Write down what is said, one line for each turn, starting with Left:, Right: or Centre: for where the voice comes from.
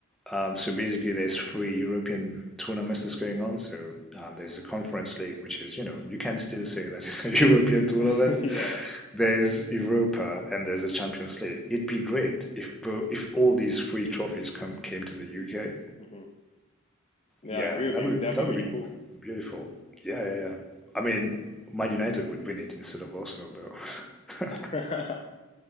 Centre: um, so basically there's three European tournaments that's going on. So um, there's the Conference League, which is you know you can still say that it's a <laughs> European tournament.
Left: <laughs> Yeah.
Centre: There's Europa and there's the Champions League. It'd be great if bo if all these three trophies come came to the UK.
Left: hmm Yeah,
Centre: Yeah,
Left: I agree with
Centre: that
Left: you.
Centre: would
Left: That'd be
Centre: that
Left: really
Centre: would be
Left: cool.
Centre: beautiful. Yeah, yeah, yeah. I mean, Man United would win it instead of Arsenal, though.
Left: <laughs>
Centre: <laughs>